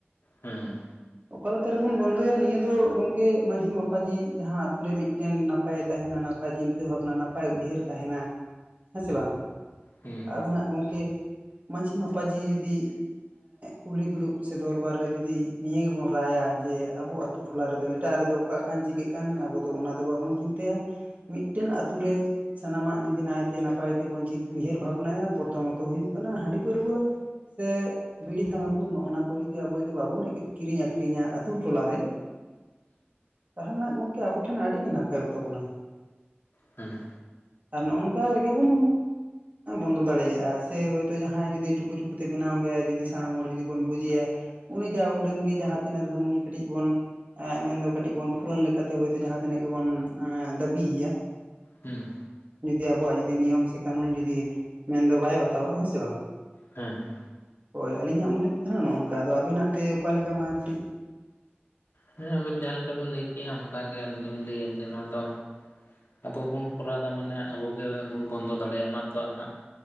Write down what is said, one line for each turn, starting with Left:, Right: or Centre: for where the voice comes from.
Left: ᱦᱮᱸ
Right: ᱚᱠᱟ ᱞᱮᱠᱟ ᱨᱮᱵᱚᱱ ᱵᱚᱱᱫᱚᱭᱟ ᱱᱤᱭᱟᱹ ᱫᱚ ᱜᱚᱢᱠᱮ ᱢᱟᱺᱡᱷᱤ ᱢᱟᱯᱟᱡᱷᱤ ᱡᱟᱦᱟᱸ ᱟᱛᱳ ᱨᱮ ᱢᱤᱫᱴᱮᱱ ᱱᱟᱯᱟᱭᱮ ᱛᱟᱦᱮᱱᱟ ᱱᱟᱭ ᱱᱟᱯᱟᱭ ᱪᱤᱱᱛᱟᱹ ᱵᱷᱟᱵᱽᱱᱟ ᱱᱟᱯᱟᱭ ᱩᱭᱦᱟᱹᱨ ᱛᱟᱦᱮᱱᱟ ᱦᱮᱸ ᱥᱮ ᱵᱟᱝ
Left: ᱦᱮᱸ
Right: ᱟᱫᱚ ᱱᱟᱜ ᱜᱚᱝᱠᱮ ᱢᱟᱺᱡᱷᱤ ᱢᱟᱯᱟᱡᱷᱤ ᱡᱩᱫᱤ ᱠᱩᱞᱦᱤ ᱫᱩᱲᱩᱵ ᱥᱮ ᱫᱚᱨᱵᱟᱨ ᱨᱮ ᱡᱩᱫᱤ ᱱᱤᱭᱟᱹ ᱜᱮᱵᱚᱱ ᱴᱨᱟᱭᱟ ᱡᱮ ᱟᱵᱚ ᱟᱛ ᱴᱚᱞᱟ ᱨᱮᱫᱚ ᱮᱴᱟᱜ ᱨᱮᱫᱚ ᱚᱠᱟᱜ ᱠᱟᱱ ᱪᱤᱠᱟᱹᱜ ᱠᱟᱱ ᱟᱵᱚ ᱫᱚ ᱚᱱᱟ ᱫᱚ ᱵᱟᱵᱚᱱ ᱪᱤᱱᱛᱟᱹᱭᱟ ᱢᱤᱫᱴᱮᱱ ᱟᱛᱳ ᱨᱮ ᱥᱟᱱᱟᱢᱟᱜ ᱡᱩᱫᱤ ᱱᱟᱭᱛᱮ ᱱᱟᱯᱟᱭ ᱛᱮᱵᱚᱱ ᱩᱭᱦᱟᱹᱨ ᱵᱷᱟᱵᱽᱱᱟᱭᱟ ᱯᱨᱚᱛᱷᱚᱢᱚᱛᱚ ᱦᱩᱭᱩᱜ ᱠᱟᱱᱟ ᱦᱟᱺᱰᱤ ᱯᱟᱹᱨᱣᱟᱹ ᱥᱮ ᱵᱤᱲᱤ ᱛᱷᱟᱢᱟᱠᱩᱨ ᱱᱚᱜᱼᱚᱱᱟ ᱠᱚ ᱡᱩᱫᱤ ᱟᱵᱚ ᱡᱩᱫᱤ ᱵᱟᱵᱚᱱ ᱠᱤᱨᱤᱧ ᱟᱹᱠᱷᱨᱤᱧᱟ ᱟᱹᱛᱩ ᱴᱚᱞᱟ ᱨᱮ ᱛᱟᱦᱚᱞᱮ ᱱᱟᱜ ᱜᱚᱝᱠᱮ ᱟᱵᱚ ᱴᱷᱮᱱ ᱟᱹᱰᱤ ᱜᱮ ᱱᱟᱯᱟᱭᱚᱜ ᱛᱟᱵᱚᱱᱟ
Left: ᱦᱮᱸ
Right: ᱟᱨ ᱱᱚᱜᱼᱚᱝᱠᱟ ᱨᱮᱜᱮ ᱵᱚᱱ ᱵᱚᱱᱫᱚ ᱫᱟᱲᱮᱭᱟᱜᱼᱟ ᱥᱮ ᱦᱳᱭᱛᱳ ᱡᱟᱦᱟᱸᱭ ᱡᱩᱫᱤ ᱪᱩᱠᱩ ᱪᱩᱠᱩ ᱛᱮ ᱵᱮᱱᱟᱣ ᱜᱮᱭᱟᱭ ᱡᱩᱫᱤ ᱥᱟᱱᱟᱢ ᱦᱚᱲ ᱡᱩᱫᱤ ᱵᱚᱱ ᱵᱩᱡᱮᱭᱟ ᱩᱱᱤ ᱡᱟ ᱩᱰᱟᱹᱝ ᱜᱮ ᱡᱟᱦᱟᱸ ᱛᱤᱱᱟᱹᱜ ᱨᱮᱦᱚᱸ ᱩᱱᱤ ᱠᱟᱹᱴᱤᱡ ᱵᱚᱱ ᱢᱮᱱᱫᱚ ᱠᱟᱹᱴᱤᱡ ᱵᱚᱱ ᱯᱷᱩᱨᱟᱹᱱ ᱞᱮᱠᱟᱛᱮ ᱦᱳᱭᱛᱳ ᱡᱟᱦᱟᱸ ᱛᱤᱱᱟᱹᱜ ᱜᱮᱵᱚᱱ ᱫᱟᱹᱵᱤᱭᱮᱭᱟ
Left: ᱦᱩᱸ
Right: ᱡᱩᱫᱤ ᱟᱵᱚᱣᱟᱜ ᱡᱩᱫᱤ ᱱᱤᱭᱚᱢ ᱥᱮ ᱠᱟᱹᱱᱩᱱ ᱡᱩᱫᱤ ᱢᱮᱱᱫᱚ ᱵᱟᱭ ᱵᱟᱛᱟᱣᱟ ᱦᱮᱸᱥᱮ ᱵᱟᱝ
Left: ᱦᱮᱸ
Right: ᱦᱳᱭ ᱟᱹᱞᱤᱧᱟᱜ ᱢᱚᱱᱮ ᱛᱮ ᱫᱚ ᱦᱟᱸ ᱱᱚᱜᱼᱱᱚᱝᱠᱟ ᱟᱫᱚ ᱟᱵᱮᱱᱟᱜ ᱛᱮ ᱚᱠᱟ ᱞᱮᱠᱟ ᱢᱟ ᱠᱟᱹᱴᱤᱡ
Left: ᱦᱮᱸ ᱟᱵᱮᱱ ᱡᱟᱦᱟᱸ ᱞᱮᱠᱟ ᱵᱤᱱ ᱞᱟᱹᱭ ᱠᱮᱜᱼᱟ ᱚᱱᱠᱟᱜᱮ ᱟᱹᱞᱤᱧ ᱦᱩᱞᱤᱧ ᱞᱟᱹᱭᱟ ᱡᱮ ᱱᱚᱣᱟ ᱫᱚ ᱟᱵᱚ ᱵᱚᱱ ᱠᱚᱨᱟᱣ ᱮᱫᱟ ᱢᱟᱱᱮ ᱟᱵᱚᱜᱮ ᱵᱚᱱ ᱵᱚᱱᱫᱚ ᱫᱟᱲᱮᱭᱟᱜᱼᱟ ᱚᱱᱟ ᱛᱚ ᱦᱟᱜ